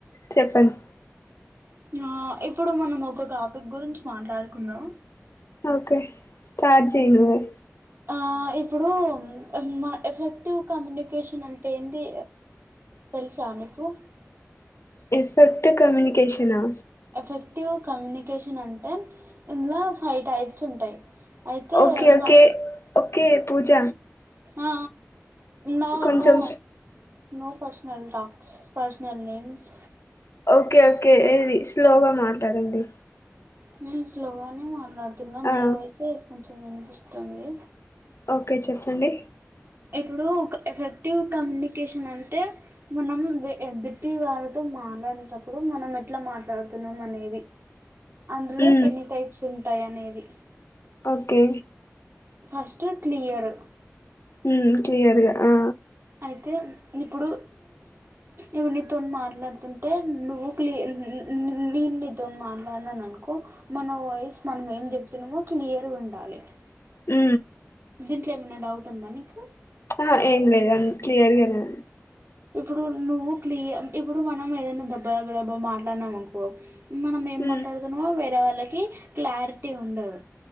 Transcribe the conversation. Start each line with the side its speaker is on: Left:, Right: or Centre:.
Left: చెప్పండి
Right: ఆ ఇప్పుడు మనం ఒక టాపిక్ గురించి మాట్లాడుకుందాం
Left: ఓకే స్టార్ట్ చెయ్యి నువ్వే
Right: ఆ ఇప్పుడు మా ఎఫెక్టివ్ కమ్యూనికేషన్ అంటే ఏంది తెలుసా మీకు
Left: ఎఫెక్ట్ కమ్యూనికేషనా
Right: ఎఫెక్టివ్ కమ్యూనికేషన్ అంటే ఇందులో ఫైవ్ టైప్స్ ఉంటాయి అయితే
Left: ఓకే ఓకే
Right: మా
Left: ఓకే పూజ
Right: ఆ నో
Left: కొంచెం
Right: నో no personal talks personal names
Left: okay okay ఏది స్లోగా మాట్లాడండి
Right: హమ్ స్లోగా నే మాట్లాడుతున్న తున్న మీ
Left: ఆ
Right: వాయిస్ఎ వినిపిస్తుంది
Left: ఓకే చెప్పండి
Right: ఇప్పుడు ఒక ఎఫెక్టివ్ కమ్యూనికేషన్ అంటే మనం ఎదుటి వాళ్ళతో మాట్లాడేటప్పుడు మనం ఎట్లా మాట్లాడుతున్నాం అనేది అందులో
Left: మ్
Right: ఎన్ని టైప్స్ ఉం టై అనేది
Left: ఓకే
Right: ఫస్ట్ క్లియర్
Left: హమ్ క్లియర్గా ఆ
Right: అయితే ఇప్పుడు ఇవన్నీ తో మాట్లాడుతుంటే నువ్వు క్లియ నేను నీతో మాట్లాడనాను అనుకో మన వాయిస్ మనం ఏం చెప్తున్నామో క్లియర్గా ఉండాలి
Left: ఉ
Right: దీంట్లో ఏమైనా డౌట్ ఉందా నీకు
Left: ఆ ఏం లేదు అ క్లియర్ గానే
Right: ఇప్పుడు నువ్వు క్లియ ఇప్పుడు మనం ఏదైనా దబ్బ దబ్బ దబ్బా మాట్లాడినాం అనుకో మనం ఏం
Left: ఉమ్
Right: మాట్లాడుతున్నమో వేరే లకి క్లారిటీ ఉండవు